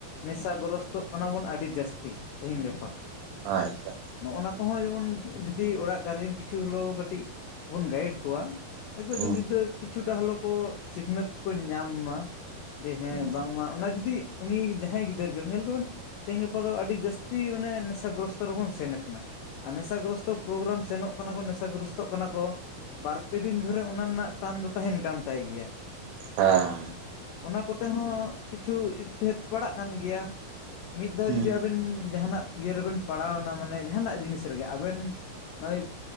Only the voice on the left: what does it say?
ᱱᱮᱥᱟ ᱜᱨᱚᱥᱛᱚᱜ ᱠᱟᱱᱟ ᱵᱚᱱ ᱟᱹᱰᱤ ᱡᱟᱹᱥᱛᱤ ᱛᱮᱦᱤᱧ ᱜᱟᱯᱟ
ᱱᱚᱜ-ᱚᱭ ᱱᱟ ᱠᱚᱦᱚᱸ ᱡᱮᱢᱚᱱ ᱡᱩᱫᱤ ᱚᱲᱟᱜ ᱜᱟᱨᱡᱮᱱ ᱠᱤᱪᱷᱩ ᱦᱳᱞᱳᱣ ᱠᱟᱹᱴᱤᱡ ᱵᱚᱱ ᱜᱟᱭᱤᱰ ᱠᱚᱣᱟ ᱮᱛᱚ
<unintelligible> ᱜᱤᱫᱨᱟᱹᱨ ᱠᱤᱪᱷᱩᱴᱟ ᱦᱚᱞᱮ ᱠᱚ ᱥᱤᱠᱷᱱᱟᱹᱛ ᱠᱚ ᱧᱟᱢ ᱢᱟ᱾ ᱡᱮ ᱦᱮᱸ
ᱵᱟᱝ ᱢᱟ ᱚᱱᱟ ᱡᱩᱫᱤ ᱩᱱᱤ ᱡᱟᱦᱟᱸᱭ ᱜᱤᱫᱟᱹᱨ ᱜᱮ ᱧᱮᱞ ᱠᱚᱵᱮᱱ ᱛᱮᱦᱮᱧ ᱜᱟᱯᱟ ᱫᱚ ᱟᱹᱰᱤ ᱡᱟᱹᱥᱛᱤ ᱢᱟᱱᱮ ᱱᱮᱥᱟ ᱜᱨᱚᱥᱛᱚ ᱨᱮᱵᱚᱱ ᱥᱮᱱ ᱠᱟᱱᱟ᱾ ᱟᱨ ᱱᱮᱥᱟᱜᱨᱚᱥᱛᱚ ᱯᱨᱳᱜᱨᱟᱢ ᱥᱮᱱᱚᱜ ᱠᱟᱱᱟ ᱠᱚ ᱱᱮᱥᱟᱜᱨᱚᱥᱛᱚᱜ ᱠᱟᱱᱟ ᱠᱚ ᱵᱟᱨᱯᱮ ᱫᱤᱱ ᱫᱷᱚᱨᱮ ᱚᱱᱟ ᱨᱮᱱᱟᱜ ᱴᱟᱱ ᱫᱚ ᱛᱟᱦᱮᱱ ᱠᱟᱱ ᱛᱟᱭ ᱜᱮᱭᱟ᱾
ᱚᱱᱟ ᱠᱚᱛᱮ ᱦᱚᱸ ᱠᱤᱪᱷᱩ ᱤᱯᱷᱮᱠᱴ ᱯᱟᱲᱟᱜ ᱠᱟᱱ ᱜᱮᱭᱟ᱾ ᱢᱤᱫ ᱫᱷᱟᱣ
ᱡᱩᱫᱤ ᱟᱵᱮᱱ ᱡᱟᱦᱟᱱᱟᱜ ᱤᱭᱟᱹ ᱨᱮᱵᱮᱱ ᱯᱟᱲᱟᱣᱱᱟ ᱢᱟᱱᱮ ᱡᱟᱦᱟᱱᱟᱜ ᱡᱤᱱᱤᱥ ᱨᱤᱜᱤ ᱟᱵᱮᱱ ᱱᱚᱜ